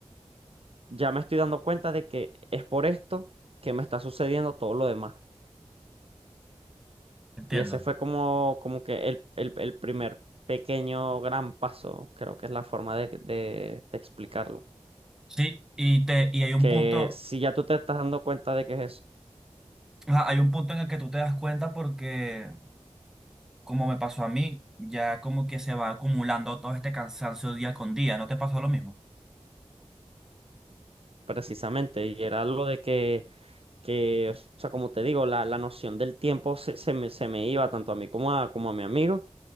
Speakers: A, on the right (about 60°); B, in the centre.
A: ya me estoy dando cuenta de que es por esto que me está sucediendo todo lo demás.
B: Entiendo.
A: Y ese fue como, como que el, el, el primer pequeño gran paso, creo que es la forma de, de, de explicarlo.
B: Sí, y te, y hay un
A: Que
B: punto,
A: si ya tú te estás dando cuenta de que es eso,
B: ajá, hay un punto en el que tú te das cuenta porque como me pasó a mí, ya como que se va acumulando todo este cansancio día con día. ¿No te pasó lo mismo?
A: precisamente, y era lo de que, que o sea, como te digo, la, la noción del tiempo se, se me, se me iba tanto a mí como a, como a mi amigo,